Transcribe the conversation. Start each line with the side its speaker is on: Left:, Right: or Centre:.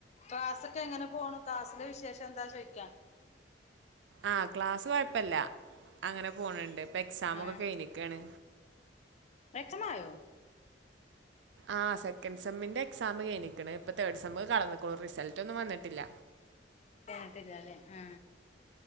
Left: ക്ലാസൊക്കെ എങ്ങനെ പോണു ക്ലാസ്സിലെ വിശേഷം എന്താ ചോയിക്കാ
Right: ആ ക്ലാസ്സ് കൊഴപ്പല്ല അങ്ങനെ പോണ് ണ്ട് ഇപ്പൊ എക്സാമൊക്കെ
Left: ആഹ്
Right: കഴ്ഞ്ഞക്കാണ്
Left: എക്സമായോ
Right: ആ സെക്കൻഡ് സമ്മിന്റെ എക്സാം കയിഞ്ഞ്ക്ക്ണ് ഇപ്പ തേർഡ് സെം കടന്ന് ക്ണു റിസൾട്ടൊന്നും വന്നിട്ട് ട്ടില്ല
Left: കയിഞ്ഞിട്ടില്ലല്ലേ ആ